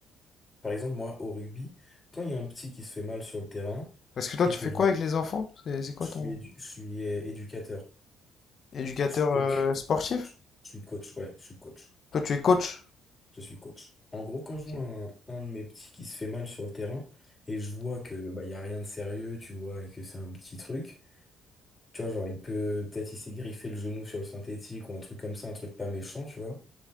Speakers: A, on the left (about 25°); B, on the left (about 50°).
A: Par exemple, moi, au rugby, quand il y a un petit qui se fait mal sur le terrain
B: Parce que toi,
A: et
B: tu
A: que
B: fais
A: je
B: quoi avec les enfants? C'est c'est quoi
A: suis,
B: ton
A: édu- je suis euh, éducateur,
B: éducateur
A: je suis coach,
B: euh, sportif?
A: je suis coach, ouais, je suis coach,
B: Toi, tu es coach.
A: je suis coach. En gros, quand je
B: Okay.
A: vois un, un de mes petits qui se fait mal sur le terrain et je vois que bah, il y a rien de sérieux, tu vois, et que c'est un petit truc, tu vois, genre il peut peut-être il s'est griffé le genou sur le synthétique ou un truc comme ça, un truc pas méchant, tu vois.